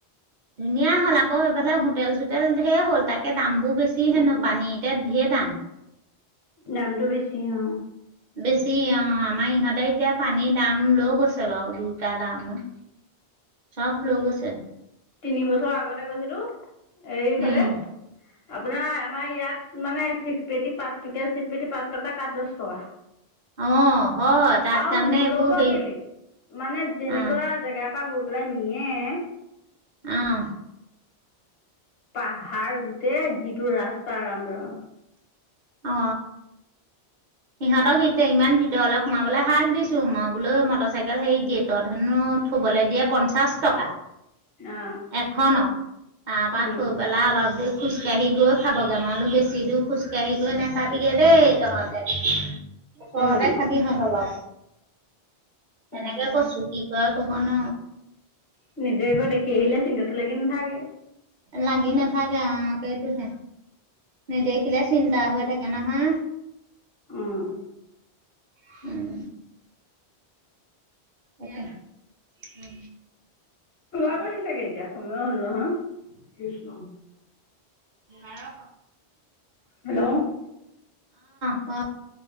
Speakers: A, on the right (about 55°); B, on the left (about 70°).
A: ধুনীয়া হ'ল আকৌ সেইফালে হোটেল চোটেল ঢেৰ হ'ল তাকে দাম। কবোৰ বেছিহেনো
B: উম,
A: পানী এতিয়া ঢেৰ দাম।
B: দামটো বেছি অ।
A: বেছি অ আমাৰ ইহঁতে এতিয়া পানীৰ দাম লৈ গৈছে বাৰু দুটা দামত।
B: উম
A: চব লেই গৈছে।
B: তিনি বছৰ আগতে গৈছিলো এইফালে।
A: উম
B: আপোনাৰ আমাৰ ইয়াত মানে চিপপেটি পাঁচ টকীয়া চিপেটি পাঁচ টকা তাত দহ টকা।
A: অ হয় তাত
B: আৰু
A: তাৰমানে
B: নলব
A: এইবোৰ হেৰি
B: গলে মানে যেনেকুৱা
A: অ
B: জেগা। তাৰ গবল নিয়ে।
A: আহ
B: পাহাৰ গোটেই যিটো ৰাস্তা ৰাম ৰম।
A: অ সিহঁতক এতিয়া ইমান ভিতৰলৈ সোমাবলৈ হাক দিছো মই বোলো মটৰ চাইকেল হেৰি গেটত হেনো। থবলৈ দিয়ে পঞ্চাশ টকা।
B: অ
A: এখনত তাৰ পৰা
B: উম
A: থৈ পেলাই অলপ দে। খোজকাাঢ়ি গৈ খাবগে মইলো বেছি দূৰ খোজকাাঢ়ি গৈ নাখাবিগে দেই তহঁতে। ওচৰতে
B: উম
A: খাবি হন অলপ। তেনেকে
B: তাকে
A: কছো কি ক কব ন।
B: নিজে গৈ দেখি আহিলে চিন্তাটো লাগি নাথাকে?
A: লাগি না থাকাকে কেইটোছে? নেদেখিলে চিন্তা হৈ থাকে নহয়।
B: আহ
A: হম এটা উ।
B: ওলাবহি চাগে এতিয়া সময় হ'ল নহয় কৃষ্ণ।
A: অ আহ
B: হেল্ল'
A: ক।